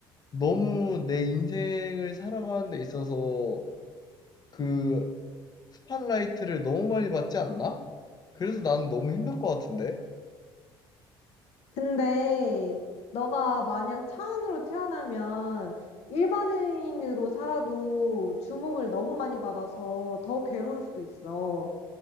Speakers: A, on the left (about 35°); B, on the left (about 65°).
A: 너무 내 인생을 살아가는 데 있어서 그 스팟라이트를 너무 많이 받지 않나? 그래서 나는 너무 힘들 것 같은데?
B: 근데 너가 만약 차은우로 태어나면 일반인으로 살아도 주목을 너무 많이 받아서 더 괴로울 수도 있어.